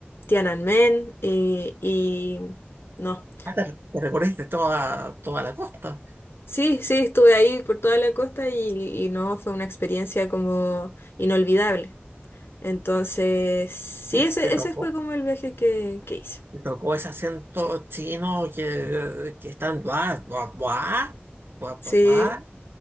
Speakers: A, on the left (about 70°); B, on the right (about 65°).
A: Tiananmen eh, y... No,
B: Ah, te, te recorriste toda, toda la costa.
A: Sí, sí, estuve ahí por toda la costa y, y no, fue una experiencia como inolvidable. Entonces, sí,
B: Y
A: ese,
B: te
A: ese
B: tocó,
A: fue como el viaje que, que hice.
B: te tocó ese acento chino que, que están. guau guau guau guau
A: Sí,
B: guau buah. <laughs>